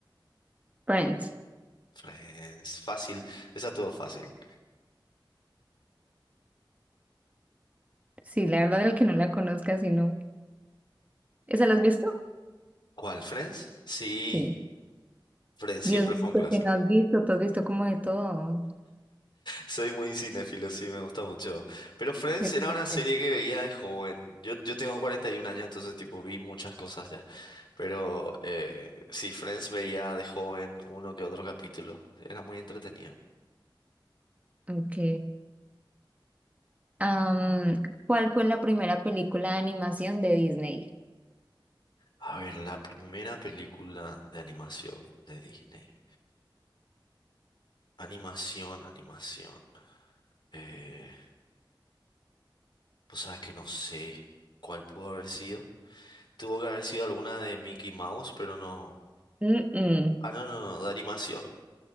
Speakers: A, on the right; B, on the left.
A: Friends.
B: Friends. Fácil. Esa todo fácil.
A: Sí, la verdad el que no la conozca, sino ¿Esa la has visto?
B: ¿Cuál, Friends? Sí,
A: Sí.
B: Friends
A: Dios
B: siempre
A: mío,
B: fue un
A: pues
B: clásico.
A: que no has visto, tú has visto como de todo.
B: Soy muy cinéfilo, sí, me gusta mucho. Pero Friends
A: Exacto.
B: era una serie que veía de joven. Yo, yo tengo 41 años, entonces tipo vi muchas cosas ya. Pero eh, sí, Friends veía de joven uno que otro capítulo. Era muy entretenido.
A: Ok. Am, ¿cuál fue la primera película de animación de Disney?
B: A ver, la primera película de animación de Disney. Animación, animación. Eh, pues sabes que no sé cuál pudo haber sido. Tuvo que haber sido alguna de Mickey Mouse, pero no.
A: Mm-mm,
B: Ah, no, no, no, de animación.